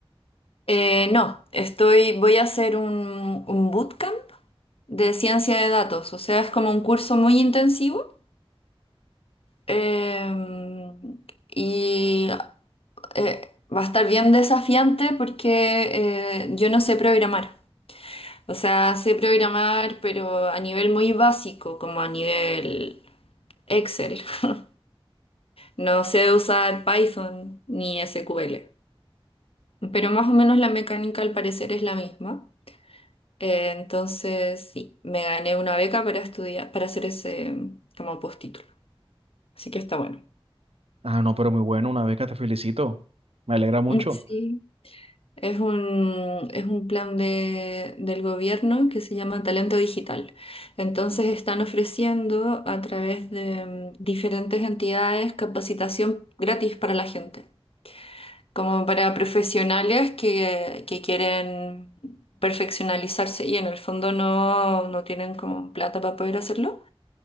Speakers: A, on the left; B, on the right.
A: Eh, no, estoy, voy a hacer un, un bootcamp de ciencia de datos, o sea, es como un curso muy intensivo Eh, y eh, va a estar bien desafiante porque eh, yo no sé programar. O sea, sé programar, pero a nivel muy básico, como a nivel Excel. <laughs> No sé usar Python ni SQL. Pero más o menos la mecánica al parecer es la misma. Eh, entonces, sí, me gané una beca para estudiar, para hacer ese mm, como postítulo. Así que está bueno.
B: Ah, no, pero muy bueno, una beca, te felicito. Me alegra mucho.
A: Sí. Es un, es un plan de- del gobierno que se llama Talento Digital. Entonces están ofreciendo a través de mm, diferentes entidades capacitación gratis para la gente, como para profesionales que, que quieren perfeccionalizarse y en el fondo no, no tienen como plata para poder hacerlo.